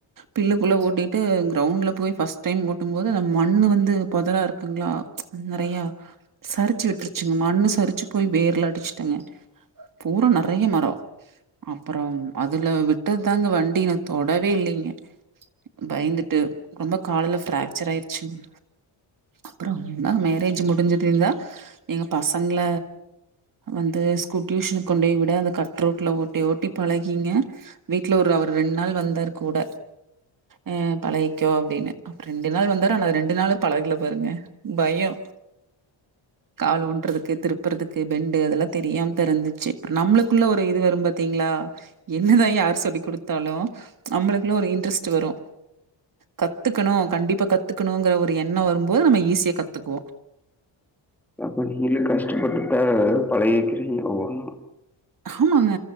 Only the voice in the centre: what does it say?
அப்ப நீங்களே கஷ்டப்பட்டுதா பழகிக்கிறீங்க ஒவ்வொன்னு